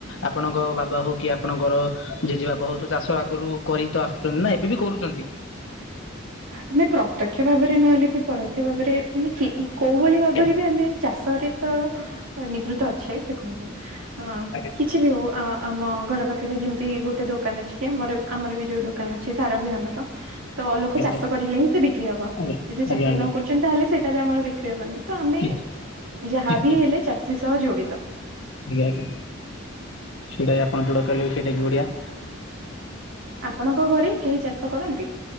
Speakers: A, on the left (about 65°); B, on the right (about 85°).
A: ଆପଣଙ୍କ ବାବା ହଉ କି ଆପଣଙ୍କର ଜେଜେବାପା <unintelligible> ତ ଚାଷ ଆଗରୁ କରି ତ ଆସୁଛନ୍ତି ନା ଏବେ ବି କରୁଛନ୍ତି?
B: ଆମେ ପ୍ରତ୍ୟକ୍ଷ ଭାବରେ ନହେଲେ ବି ପରୋକ୍ଷ ଭାବରେ ମାନେ କୋଉ ଭଳି ଭାବରେ
A: ଆଜ୍ଞା
B: ବି ଆମେ ଚାଷରେ ତ ନିବୃତ୍ତ ଅଛେ ଦେଖନ୍ତୁ ହଁ
A: ଆଜ୍ଞା
B: କି କିଛି ବି ହଉ ଆ ଆମ ଘର ପାଖରେ ଯେମିତି ଗୋଟେ ଦୋକାନ ଅଛି କି ଆମର ଆମର ବି ଯୋଉ ଦୋ ଦୋକାନ ଅଛି ସାର ବିହନ ତ ତ ଲୋକ
A: ଆଜ୍ଞା
B: ଚାଷ କରିଲେ ହିଁ ସେ ବିକ୍ରି ହବ
A: ଆଜ୍ଞା
B: ଯଦି ଚାଷ
A: ଆଜ୍ଞା
B: ନ
A: ଆଜ୍ଞା
B: କରୁଛନ୍ତି ତାହେଲେ ସେଇଟା ବି ଆମର ବିକ୍ରି ହବନି। ତ ଆମେ
A: କିଛି
B: ଯାହା
A: ଠିକ
B: ବି ହେଲେ ଚାଷୀ ସହ ଜଡ଼ିତ।
A: ଆଜ୍ଞା ଆଜ୍ଞା ସେଟା କି ଆପଣ ଯୋଉଟା କହିଲେ ବି ସେଇଟା ବି ବଢ଼ିଆ।
B: ଆପଣଙ୍କ ଘରେ କେହି ଚାଷ କରନ୍ତି?